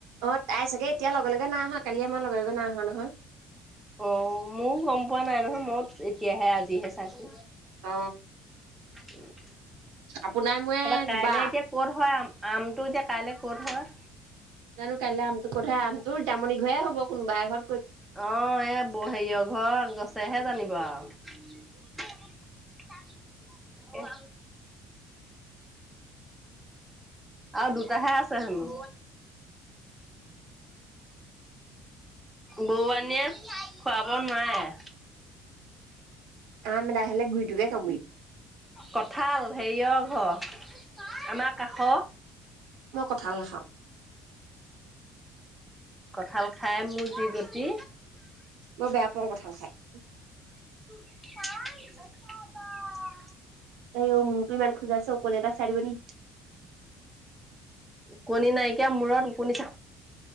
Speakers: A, on the right; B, in the centre.
A: অ তাই চাগে এতিয়া লগে লগে নাই আহা। কালিয়ে মই লগৰ এজনে নাই অহা নহয়।
B: অ মোও গম পোৱা নাই নহয় মোও এতিয়াহে আজিহে চাইছো।
A: অ
B: <unintelligible> <inaudible>
A: আপোনাৰ মই
B: তাৰপৰা কাইলে
A: দুবা
B: এতিয়া ক'ত হয় আম আমটো এতিয়া কাইলৈ ক'ত হয়
A: জানু কাইলে আমটো কত হয় আম তোৰ তামনি ঘৰেয় হ'ব কোনোবাই এ ঘৰ
B: আহ এই ব হেৰিয়ৰ ঘৰ গছেহে জানিব আৰু তাক উম আৰু দুটা হে আছে হেনো বৰুৱানীয়ে খোৱাব নোৱাৰে
A: আম আহে ঘূৰিটোকে তমিল
B: কঁঠাল হেৰিয়ৰ ঘৰ আমাৰ কাষ
A: মই কঠাল নাখাওঁ
B: কঠাল খাই মোৰ জি গতি
A: বৰ বেয়া পোৱাৰ কথাও খাই
B: <unintelligible>
A: ত মোৰটো ইমান খোজা আছ কলে তটা চাাৰিবনি
B: ওকণি নাইকিয়া মূৰত ওকণি যা